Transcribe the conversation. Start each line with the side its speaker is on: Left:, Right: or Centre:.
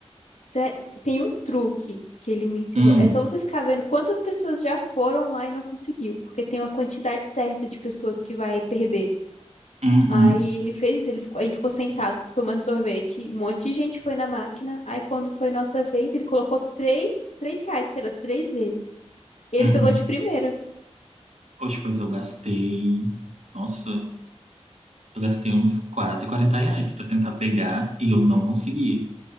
Left: Sério, tem um truque que ele me ensinou.
Right: Hum,
Left: É só você ficar vendo quantas pessoas já foram lá e não conseguiu, porque tem uma quantidade certa de pessoas que vai perder.
Right: uhum,
Left: Aí ele fez isso, ele ficou- a gente ficou sentado tomando sorvete, um monte de gente foi na máquina. Aí quando foi nossa vez, ele colocou três, três reais, que era três vezes. E ele
Right: uhum.
Left: pegou de primeira.
Right: Hoje, pois, eu gastei... Nossa, eu gastei uns quase 40 reais pra tentar pegar e eu não consegui.